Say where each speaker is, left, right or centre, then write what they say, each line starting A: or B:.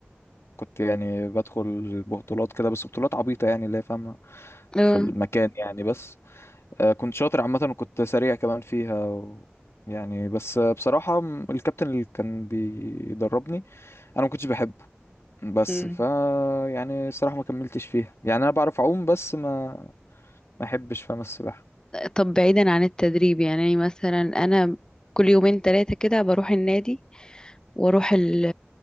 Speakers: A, on the left; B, on the left.
A: وكنت يعني بدخل بطولات كده بس بطولات عبيطة يعني اللي هي فاهمة
B: اه
A: في المكان يعني بس أه كنت شاطر عامة وكنت سريع كمان فيها و يعني بس آه، بصراحة م- الكابتن اللي كان بيدربني أنا ما كنتش بحبه بس
B: مم.
A: ف يعني الصراحة ما كملتش فيها يعني انا بعرف اعوم بس ما ما احبش فاهم السباحة
B: طب بعيدا عن التدريب يعني مثلا انا كل يومين ثلاثة كده بروح النادي واروح ال